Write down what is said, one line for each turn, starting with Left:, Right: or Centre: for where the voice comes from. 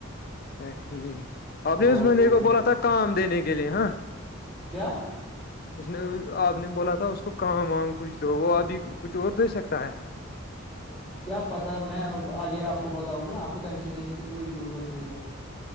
Left: اچھا ٹھیک آپ
Centre: ہمارا
Left: نے اس میں
Centre: بھی
Left: نے
Centre: ہوگا
Left: کو
Centre: نا
Left: بولا تھا کام دینے کے گ لیے ہاں
Centre: کیا
Left: <unintelligible> آپ نے بولا تھا اس کو کام وام کچھ دو وہ ابھی کچھ اور دے سکتا ہے
Centre: کیا پتا میں آگے آپ کو بتاؤں گا نا آپ کو ٹینشن لینے کی کوئی ضرورت نہیں ہے